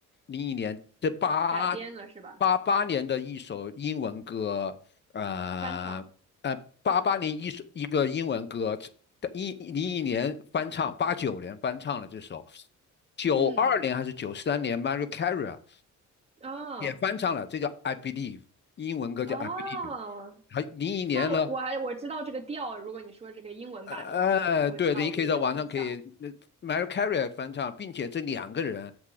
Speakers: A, on the left (about 35°); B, on the right (about 20°).
A: 零一年这八
B: 改编了是吧？
A: 八八年的一首英文歌，呃呃，
B: 翻唱，
A: 八八年一首一个英文歌，一零一年翻唱，八九年翻唱了这首，九二年还是九三年
B: 嗯，
A: m a r i a Carey 啊
B: 哦
A: 也翻唱了这叫《I Believe》，英文歌叫《I
B: 哦，
A: Believe》。还零一年呢，
B: 那我我还我知道这个调，如果你说这个英文版的，
A: 呃，
B: 我可能我脑子里有印象，
A: 对对，你可以在网上可以那 m a r i a Carey 翻唱，并且这两个人，